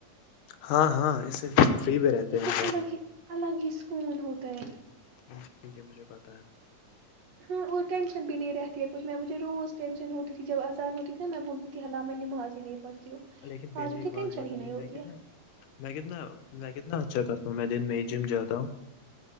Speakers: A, on the left (about 85°); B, on the right (about 60°).
A: ہاں ہاں اس فری بھی رہتے
B: اس
A: ہیں
B: سے الگ ہی الگ ہی سکون ہوتا ہے
A: اس میں جی مجھے پتا ہے
B: ہاں اور ٹینشن بھی نہیں رہتی ہے کچھ میں مجھے روز ٹینشن ہوتی تھی جب اذان ہوتی تھی نا میں بول تھی حالہ میں نمااز ہی نہیں پڑتی ہوں
A: لیکن پہلے
B: آج مجھے
A: ایک بات
B: ٹینشن
A: بتائیے
B: ہی نہیں ہوتی
A: میں کتنا
B: ہے
A: میں کتنا میں کتنا اچھا کرتا ہوں میں دن میں ہے جم جاتا ہوں